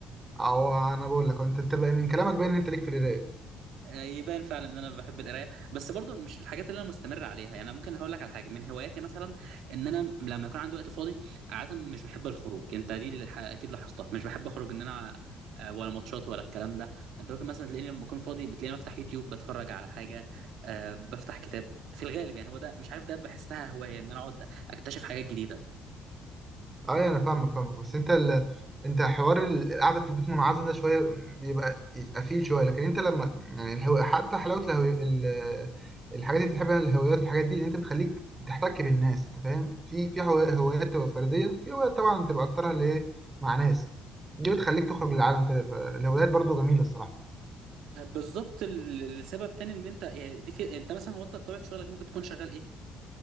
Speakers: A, on the right (about 20°); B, on the right (about 75°).
A: او انا بقول لك انت انت بقى من كلامك باين ان انت ليك في القرايه
B: آه، يبان فعلا ان انا بحب القرايه بس برضو مش الحاجات اللي انا مستمر عليها يعني انا ممكن هقول لك على حاجه من هواياتي مثلا ان انا لما يكون عندي وقت فاضي عاده مش بحب الخروج انت دي اللي ح- اكيد لاحظتها مش بحب اخرج ان انا آه، ولا ماتشات ولا الكلام ده انت ممكن مثلا تلاقيني لما اكون فاضي بتلاقيني بفتح يوتيوب بتفرج على حاجه آه، بفتح كتاب في الغالب يعني هو ده مش عارف ده بحسها هوايه ان انا اقعد اكتشف حاجات جديده
A: ايوه انا فاهمك فاهمك بس انت ال... انت حوار ال- القعده في البيت منعزل ده شويه بيبقى يبقى فيه شويه لكن انت لما يعني الهو... حتى حلاوه الهو... ال... الحاجات اللي بتحبها الهوايات والحاجات دي ان انت بتخليك تحتك بالناس انت فاهم في في هو- هوايات تبقى فرديه وفي هوايات طبعا تبقى اكترها اللي هي مع ناس دي بتخليك تخرج للعالم كده فالهوايات برضو جميله الصراحه
B: آه، بالظبط ال- السبب تاني ان انت يعني دي في انت مثلا هو انت بطبيعه شغلك ممكن تكون شغال ايه